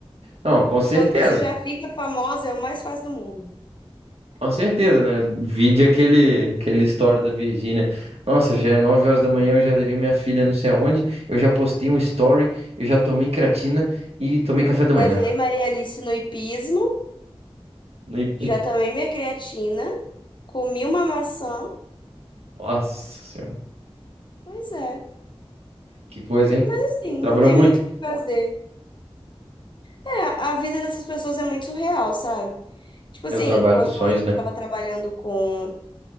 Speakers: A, on the right; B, on the left.
A: Não, com certeza.
B: Quando você já fica famosa, é o mais fácil do mundo.
A: Com certeza, né? Vide aquele, aquele story da Virgínia. Nossa, já é 9 horas da manhã, eu já levei minha filha não sei aonde, eu já postei um story, eu já tomei creatina e tomei café da manhã.
B: Levei Maria Alice no hipismo,
A: E-
B: já tomei minha creatina, comi uma maçã.
A: Nossa senhora,
B: Pois é.
A: que coisa, hein?
B: Mas assim,
A: Trabalhou
B: não tem
A: muito.
B: muito o que fazer. É, a vida dessas pessoas é muito surreal, sabe? Tipo assim,
A: É o trabalho
B: quando
A: dos sonhos,
B: a gente
A: né?
B: tava trabalhando com,